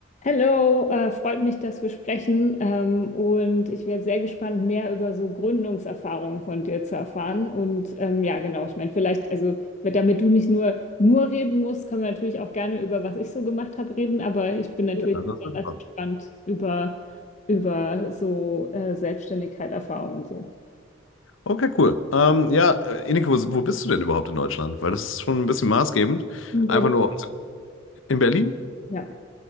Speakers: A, on the left (about 35°); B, on the left (about 75°).
A: Hallo, äh, freut mich, dass wir sprechen. Ähm, und ich wäre sehr gespannt, mehr über so Gründungserfahrungen von dir zu erfahren. Und ähm, ja, genau, ich meine, vielleicht, also wenn- damit du nicht nur nur reden musst, können wir natürlich auch gerne über was ich so gemacht habe reden. Aber ich bin natürlich
B: Ja, das
A: besonders
B: ist einfach.
A: gespannt über, über so äh, Selbstständigkeit, Erfahrung und so.
B: Okay, cool. Ähm, ja, äh, Ineke, wo, wo bist du denn überhaupt in Deutschland? Weil das ist schon ein bisschen maßgebend.
A: Und bei
B: Einfach
A: dir-
B: nur um zu- in Berlin?
A: Ja.